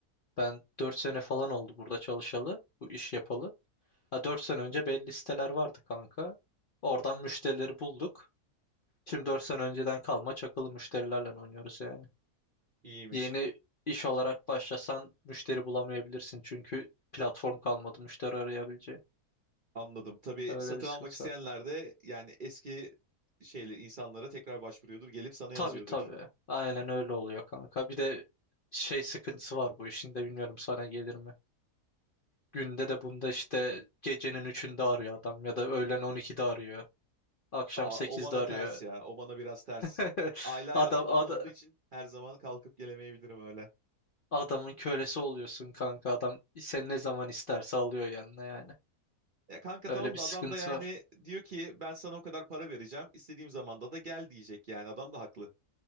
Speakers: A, on the left; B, on the right.
A: Ben 4 sene falan oldu burada çalışalı, bu iş yapalı. Ha 4 sene önce belli siteler vardı kanka. Oradan müşterileri bulduk. Şimdi 4 sene önceden kalma çakılı müşterilerle oynuyoruz yani.
B: İyiymiş.
A: Yeni iş olarak başlasan müşteri bulamayabilirsin çünkü platform kalmadı müşteri arayabileceğin.
B: Anladım. Tabii
A: Öyle
B: satın
A: bir sıkıntı
B: almak isteyenler
A: var.
B: de yani eski şeyler insanlara tekrar başvuruyordur. Gelip sana yazıyordur.
A: Tabii tabii. Aynen öyle oluyor kanka. Bir de şey sıkıntısı var bu işin de bilmiyorum sana gelir mi? Günde de bunda işte gecenin üçünde arıyor adam ya da öğlen on iki'de arıyor. Akşam
B: Aa,
A: sekiz'de
B: o bana
A: arıyor.
B: ters ya. O bana biraz ters.
A: <laughs>
B: Aile hayatı
A: Adam,
B: falan
A: ada-
B: olduğu için her zaman kalkıp gelemeyebilirim öyle.
A: adamın kölesi oluyorsun kanka. Adam sen ne zaman isterse alıyor yanına yani.
B: Ya kanka
A: Öyle
B: tamam
A: bir
B: da
A: sıkıntı
B: adam da yani
A: var.
B: diyor ki ben sana o kadar para vereceğim. istediğim zamanda da gel diyecek yani adam da haklı.